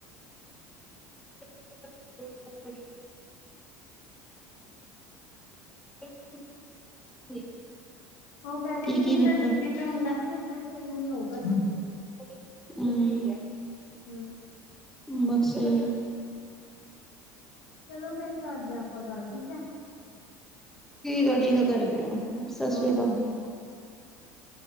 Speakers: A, in the centre; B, on the left.
A: <inaudible> <inaudible>
B: ਉਹ ਕੈ
A: ਕੀ
B: ਰੀ ਸੀ
A: ਕੀ
B: ਜਿੱਦਾਂ
A: ਲਿੱਤਾ।
B: ਟੀ ਪੀ ਚ ਹੁੰਦਾ ਨਾ ਏਦਾਂ ਸੇਮ ਈ ਹੋਊਗਾ ਏਥੇ ਵੀ।
A: ਹੂੰ
B: ਹੂੰ
A: <inaudible>
B: ਚਲੋ ਫੇਰ ਕਰਦੇ ਆ ਆਪਾਂ ਗੱਲ, ਠੀਕ ਆ।
A: ਠੀਕ ਆ, ਠੀਕ ਆ, ਕਰਦੇ ਆ। ਸਤਿ ਸ੍ਰੀ
B: ਓਕੇ
A: ਅਕਾਲ ਜੀ।